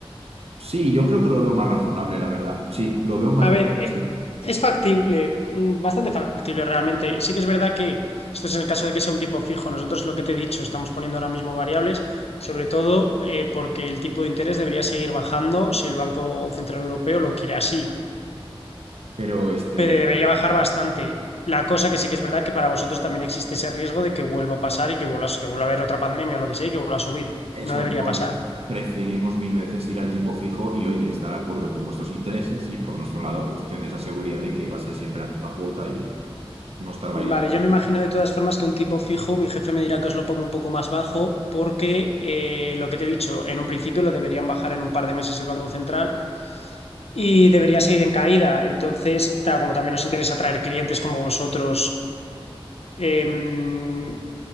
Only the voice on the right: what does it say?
Sí, yo creo que lo veo más razonable, la verdad. Sí, lo veo más,
sí,
pero este,
eso
lo voy.
Preferimos mil veces ir al tipo fijo y, oye, estar de acuerdo con vuestros intereses y por nuestro lado, pues tener esa seguridad de que va a ser siempre la misma cuota y no estar bailando